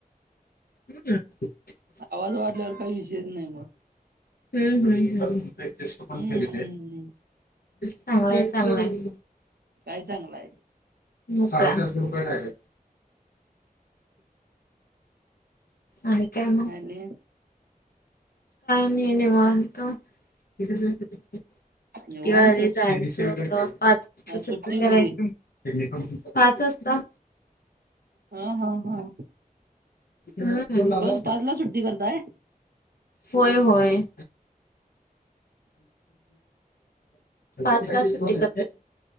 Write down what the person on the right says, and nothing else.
आवाज वाढल्यावर काही विषयच नाही मग.
हम्म हम्म
काय चांगलं आहे
आणि
निवांत
आज
कधी
अ ह ह.
रोज पाचला सुट्टी करताय?